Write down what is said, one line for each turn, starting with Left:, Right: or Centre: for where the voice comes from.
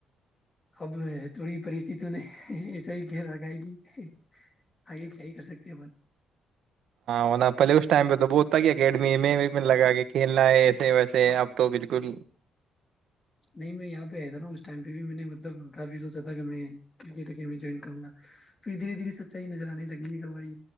Left: اب تھوڑی پرستتتوں نے ایسا ہی خل رکھا ہے کہ آگے کیا ہی کر سکتے ہیں اپن
Right: ہنا پلیےگ اس ٹائم ب تو بہت س کی اکیڈمی میں بھی لگا کہ کھیلنا ہے ایسے ویسے اب تو بالکل
Left: نہیں میں یہاں پہ آیا تھا نا اس ٹائم پہ بھی میں نے مطلب کافی سوچا تھا کہ میں کرکٹ اکیڈمی جوائن کروں گا پھر دھیرے دھیرے سچائی نظر آنے لگی بھائی